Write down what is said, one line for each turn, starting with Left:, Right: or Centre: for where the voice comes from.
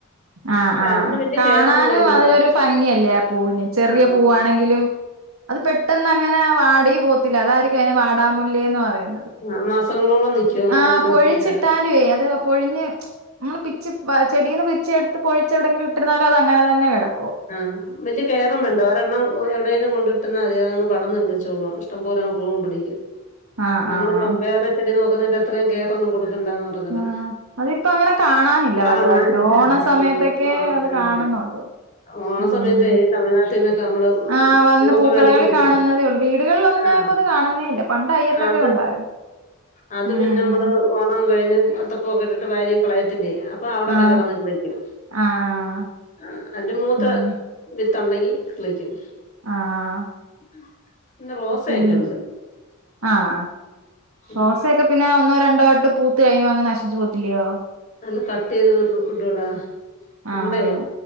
Right: ആ
Left: പക്ഷെ
Right: ആഹ
Left: അതിന് വല്യ
Right: കാണാനും
Left: കെയറൊന്നും കൊടുക്കണ്ട
Right: അതൊരു ഭംഗിയല്ലേ ആ പൂവിന് ചെറിയ
Left: ആഹ്
Right: പൂവാണെങ്കിലും അത് പെട്ടെന്ന് അങ്ങനെ വാടി പോ പത്തില്ല അതായിരിക്കും അതിനെ വാടാമൂല്ല എന്ന് പറയുന്നത്.
Left: ആ മാസങ്ങളോളം. നിക്കും അങ്ങനെ
Right: ആ
Left: ഒരെണ്ണം
Right: പൊഴിച്ചിട്ടാലുവേ
Left: പിടിച്ചാ
Right: അത് പൊഴിഞ്ഞ് നമ്മള് പിച്ച് ചെടീന്ന് പിച്ചി എടുത്ത് പൊഴിച്ചെവിടെയെങ്കിലും ഇട്ടിരുന്നാലും അങ്ങനെ തന്നെ കിടക്കു.
Left: ആഹ് വല്യ കേയറും വേണ്ട അവ കാരണം എവിടെങ്കിലും കൊണ്ടിട്ടന്ന് മതി അതങ്ങ് പടർന്ന് കിളിച്ചോളും. ഇഷ്ട്ടം പോലെ അങ്ങ് പോകും പിടിക്ക്
Right: ആഹ്
Left: നമ്മളിപ്പം
Right: ആഹ്
Left: വേറെ ചെടി നോക്കുന്നതിന്റെ അത്രയും കെയറ് ഒന്നും കൊടുക്കണ്ടന്ന് മാ പൊതുവെ
Right: ആഹ് അതിപ്പോ അങ്ങനെ കാണാനില്ല
Left: കാണാനില്ല
Right: വലുതായിട്ട് ഓണ
Left: ആഹ്
Right: സമയത്തൊക്കെ
Left: ആഹ്
Right: അത് കാണുന്നുള്ളൂ
Left: ഓണ
Right: ഉം
Left: സമയത്ത് ഈ തമിഴ്നാട്ടിൽ നിന്നൊക്കെ നമ്മള്
Right: ആഹ് വന്ന്
Left: പൂവൊക്കെ
Right: പൂക്കടകളിൽ
Left: മേടിക്കത്തില്ലേ
Right: കാണുന്നതേ ഉള്ളൂ വീടുകളിലൊന്നും
Left: ആഹ്
Right: ഞാനിപ്പോ അത് കാണുന്നേ ഇല്ല പണ്ട് അയ്യത്തൊക്കെ
Left: അത്
Right: ഉണ്ടായിരുന്നു
Left: അത്
Right: ആഹ്
Left: പിന്നെ നമ്മള് ഓണം കഴിഞ്ഞ് അത്ത പുവൊക്കെയിട്ട് വാരി കളയത്തിലെ അപ്പ അവിടൊക്കെ
Right: ആഹ്
Left: കിടന്ന് കളിക്കും
Right: ആഹ്
Left: ആഹ് അതിന്റെ മൂത്ത
Right: ഉം
Left: വിത്തുണ്ടെങ്കി കളിക്കും
Right: ആഹ്
Left: <unintelligible> റോസയൊക്കെ
Right: ഉം
Left: ഉണ്ട്
Right: ആഹ് സോസയൊക്കെ
Left: ഉം.
Right: പിന്നെ ഒന്നോ രണ്ടോ ആയിട്ട് പൂത്ത് കഴിയുമ്പോ അങ്ങനെ നശിച്ചു പോകത്തില്ലെയോ
Left: നല്ല കട്ട് യ്ത് വിട്ടൂടെ
Right: ആഹ്
Left: നമ്മളെ